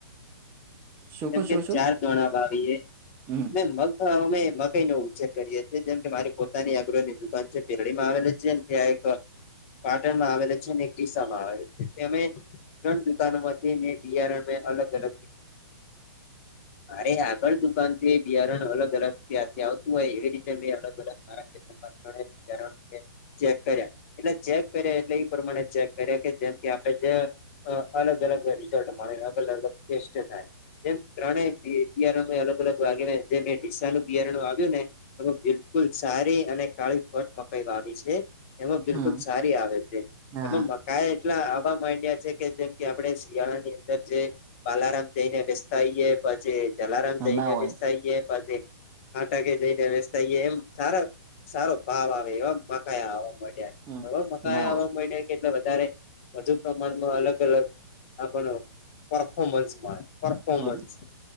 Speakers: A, on the right; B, on the left.
A: શું
B: જેમ
A: કો
B: કે
A: છો શું
B: ચાર ધોણા વાાવીએ
A: હમ
B: મે મગમે મકાઈ ન ઉ છેે કરીએ છે જેમ કે મારી પોતાની અગ્રની દુકાન છે બેેરડી માં આવે છે ત્યાં એક પાટણમાં આવેલા છે એક ડીસામાં આવેલ છે અમે ત્રણ દુકાનો માંથી મે બિયારણ મે અલગ અલગ પ મારે આગળ દુકાન થી બિયારણ અલગ અલગ ત્યાંથી આવતું હોય એવી રીતે મેં અલગ અલગ મારા ાર <inaudible> ચેક કર્યા એટલે ચેક કર્યા એટલે ઇ પ્રમાણે ચેક કર્યા કે જેમથી આપણે જે અ અલગ અલગ રીઝલ્ટ મળે અલગ અલગ ટેસ્ટ થાય. જેમ ત્રણેય બિયારણો અલગ અલગ વાગે જેમ ડીસા નું બિયારણું આવ્યું ને. બિલકુલ સારી અને કાળી ફટ મકાઈ વા છે. એમાં બિલકુલ
A: હમ
B: સારી આવે છે
A: હા
B: એમાં. ક એટલા આવા માંડ્યા છે કે જેમ કે આપણે શિયાળા ની અંદર જે બાલારામ જઈને થઈયે પછી જલારામ
A: હા
B: જઈને
A: ના હોય
B: વિસતાઈએ પછી ફાટાકે જઈને વેસતા હ‌ઇયે એમ સારો સારો ભાવ આવે એવા મકાયા આવવા મળ્યા.
A: હમ
B: હા નવા મકા
A: ના
B: આવા
A: હોય
B: મંડ્યા. કેટલે વધારે વધુ પ્રમાણમાં અલગ અલગ આપને પરફોમન્સ મળે. કોમસ
A: હમ